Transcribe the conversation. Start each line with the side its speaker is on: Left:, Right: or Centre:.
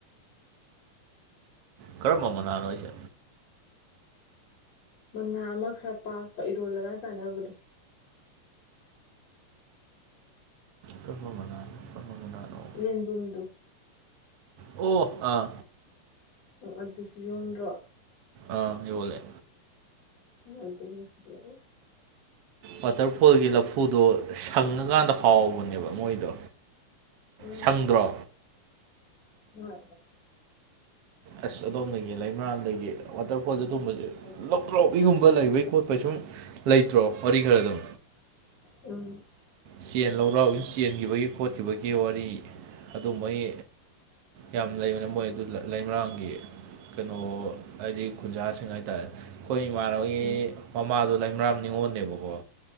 Right: ꯀꯔꯝꯕ ꯃꯅꯥꯅꯣ ꯍꯥꯏꯁꯦ
Left: ꯃꯅꯥ ꯑꯃ ꯈꯔ ꯄꯥꯛꯄ ꯏꯔꯣꯜꯂꯒ ꯆꯥꯟꯅꯕꯗꯣ
Right: ꯀꯔꯝꯕ ꯃꯅꯥ ꯀꯔꯝꯕ ꯃꯅꯥꯅꯏ
Left: ꯌꯦꯟꯗꯨꯝꯗꯣ
Right: ꯑꯣ ꯑꯥ
Left: ꯑꯣ ꯑꯗꯨꯁꯨ ꯌꯣꯟꯗ꯭ꯔꯣ
Right: ꯑ ꯌꫭꯜꯂꯦ
Left: ꯑꯗꯨ ꯑꯗꯨ <unintelligible>
Right: ꯋꯥꯇꯔꯐꯣꯜꯒꯤ ꯂꯐꯨꯗꯣ ꯁꯪꯉꯀꯥꯟꯗ ꯍꯥꯎꯕꯅꯦꯕ ꯃꯣꯏꯗꯣ
Left: ꯎꯝ
Right: ꯁꯪꯗ꯭ꯔꯣ
Left: ꯍꯣꯏ
Right: ꯑꯁ ꯑꯗꯣꯝꯗꯒꯤ ꯂꯩꯃꯔꯔꯥꯝꯗꯒꯤ ꯋꯥꯇꯔꯐꯣꯜꯁꯦ ꯑꯗꯨꯝꯕꯁꯦ
Left: ꯍꯗ <unintelligible>
Right: ꯇ꯭ꯔꯥꯎꯕꯤꯒꯨꯝꯕ ꯂꯩꯕꯩ ꯈꯣꯠꯄꯩ ꯁꯨꯝ ꯂꯩꯇ꯭ꯔꯣ ꯋꯥꯔꯤ ꯈꯔ ꯑꯗꯨꯝ
Left: ꯎꯝ
Right: ꯆꯦꯟ ꯂꯧꯔꯥꯎꯕꯤꯅ ꯆꯦꯟꯈꯤꯕꯒꯤ ꯈꯣꯠꯈꯤꯕꯒꯤ ꯋꯥꯔꯤ ꯑꯗꯨꯕꯩ ꯌꯥꯝ ꯂꯩꯕꯅꯦ ꯃꯣꯏ ꯑꯗꯨ ꯂꯩꯃꯔꯥꯝꯒꯤ ꯀꯩꯅꯣ ꯍꯥꯏꯗꯤ ꯈꯨꯟꯖꯥꯁꯤꯡ ꯍꯥꯏꯇꯥꯔꯦ ꯑꯩꯈꯣꯏ ꯏꯃꯥꯟꯅꯕꯒꯤ
Left: ꯎꯝ
Right: ꯃꯃꯥꯗꯣ ꯂꯩꯃꯔꯥꯝ ꯅꯤꯉꯣꯜꯅꯦꯕꯀꯣ